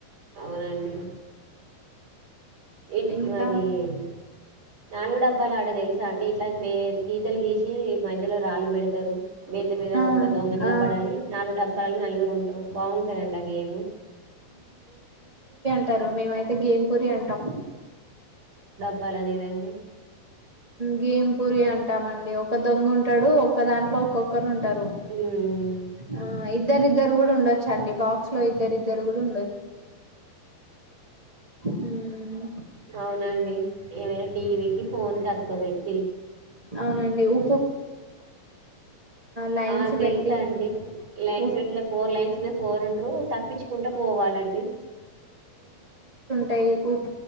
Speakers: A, on the right (about 50°); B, on the right (about 25°).
A: అవునండి ఇంటి
B: ఇంకా
A: అది <unintelligible> డబ్బాలు ఆట తెలుసా అండి ఇట్లా గీతలు గీసి మధ్యలో రాళ్ళు పెడతారు మేత మీద
B: ఆ
A: ఒక దొంగ నిలబడాలి
B: ఆ
A: నాలుగు డబ్బని నలుగురు ఉంటారు బాగుంటదండి ఆ గేము
B: మేము అయితే అయితే గేమ్ పూరి అంటాం
A: బ్ లు అనేదండి
B: గేం పూరి అంటామండి ఒక దొంగ ఉంటాడు ఒక్క దాంట్లో ఒక్కొక్కరు ఉంటారు
A: ఉమ్
B: ఆ ఇద్దరిద్దరు కూడా ఉండచ్చ చండి బాక్స్ లో ఇద్దరి ఇద్దరు కూడా ఉ మ్మ్
A: అవునండి ఏమైనా టీవీ కి ఫోన్ కి అత్కపోయింది
B: అవునండి ఉఊ లైన్స్
A: ఆ తెలుసా
B: పెట్టి
A: అండి లైన్స్
B: ఉప్
A: పెట్లే ఫోర్ లైన్స్ మీద ఫోర్ ఉండ్ర తప్పించు ఉంట పోవాలండి
B: టైప్పు